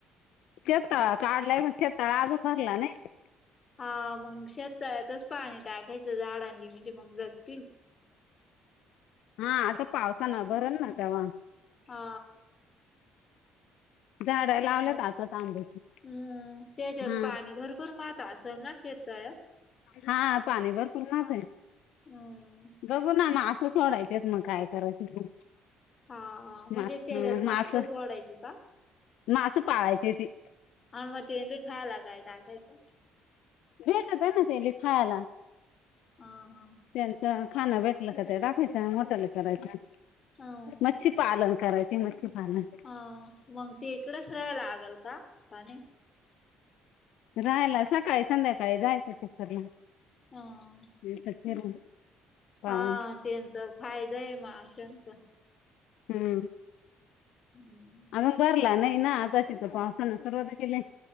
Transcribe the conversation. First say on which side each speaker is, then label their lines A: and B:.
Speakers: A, on the left; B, on the left.
A: शेतफाळा काढलाय पण शेतफाळा अजून भरलेला नाही
B: हा मंग शेततळ्याचचं पाणी टाकायचं झाडांनी म्हणजे मंग जगतील
A: हा आता पावसान भरल ना तवा
B: हा
A: झाडं लावल्यात आताच आंब्याची
B: हम्म त्याच्यात
A: हा
B: पाणी भरपूर म आता असेल ना शेततळ्यात
A: हा पाणी भरपूर मावतंय.
B: हम्म.
A: बघू ना म असं सोडायचेत मग काय करायचं ते.
B: हा म्हणजे
A: मा
B: त्याच्यात मासे
A: मास
B: सोडायचे का.
A: मास पाळायचेय तीत.
B: हा म तेनंले खायाला काय टाकायचं
A: <unintelligible> दे ना तेनले खायाला
B: अ हा
A: त्यांच खाण भेटलं तर त्या <unintelligible> मटण करायचं
B: ह
A: मच्छि पालन करायचे मच्छीपालन
B: ह मंग ते इकडेच राहायला लागल का का नाही.
A: राहायला सकाळी संध्याकाळी जायचं चक्करला
B: हा.
A: <unintelligible> पाहून
B: हा त्यांचा फायदा आहे म अशांचा
A: हम्म
B: हम्
A: अजून भरला नाही ना आताशी चा फाॅम पावसान सर्व तर केलय